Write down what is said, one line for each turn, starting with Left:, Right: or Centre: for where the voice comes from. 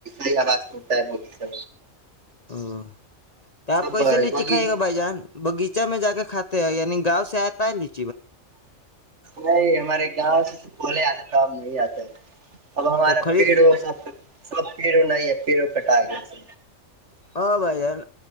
Right: ہی آواز کرتا ہے بولتے
Left: ہ <unintelligible> تو آپ کیسے
Right: باغی
Left: لیچی کھائی گا بھائی جان باغیچہ میں جا کے کھے ہیں یعنی گاؤ سے سینتالیس <unintelligible>
Right: نہیں ہمارے گاؤں سے بھلیے حالت کاب نہیں آتے ہے اب ہمارا
Left: تو خرید
Right: پیڑوں
Left: کے
Right: سب سب پیڑوں نہیں ہے پیرو کٹا آ گ تھ
Left: ہاں بھائی جان